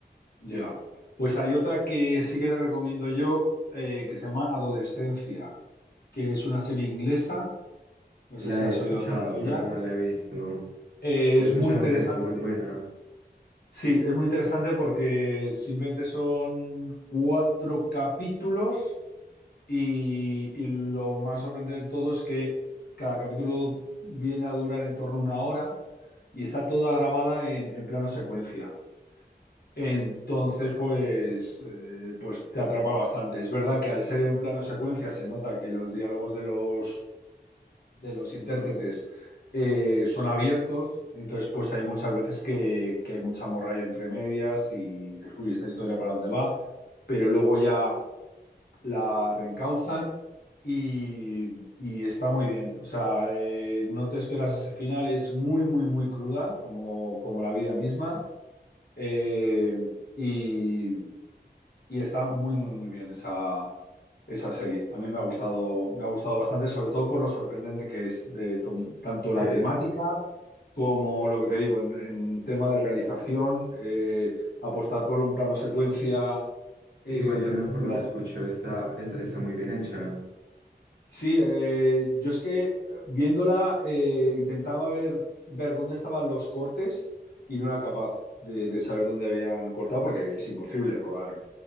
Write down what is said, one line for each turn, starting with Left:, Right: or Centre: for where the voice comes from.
Left: Ya. Pues hay otra que sí que te recomiendo yo, eh, que se llama Adolescencia, que es una serie inglesa. No
Right: La
Left: sé si has
Right: he escuchado,
Left: oído hablar de ella.
Right: pero no la he visto.
Left: Eh,
Right: He
Left: es
Right: escuchado
Left: muy interesante.
Right: que es muy buena.
Left: Sí, es muy interesante porque simplemente son cuatro capítulos y, y lo más sorprendente de todo es que cada capítulo viene a durar en torno a una hora y está toda grabada en en plano secuencia. Entonces, pues, eh, pues te atrapa bastante. Es verdad que al ser en plano secuencia se nota que los diálogos de los, de los intérpretes eh, son abiertos, entonces pues hay muchas veces que, que hay mucha morralla entre medias y dices, uy, esta historia para dónde va, pero luego ya la reencauzan y, y está muy bien. O sea, eh, no te esperas ese final, es muy, muy, muy cruda, como, como la vida misma. Eh, y, y está muy, muy, muy bien esa, esa serie. A mí me ha gustado, me ha gustado bastante, sobre todo por lo sorprendente que es de to- tanto
Right: Ok.
Left: la temática como lo que te digo, en, en tema de realización, eh, apostar por un plano secuencia eh,
Right: Igual también
Left: durante...
Right: por lo que escucho, está, está, está muy bien hecha.
Left: Sí, eh, yo es que eh, viéndola eh, intentaba ver, ver dónde estaban los cortes y no era capaz de, de saber dónde habían cortado porque es imposible rodar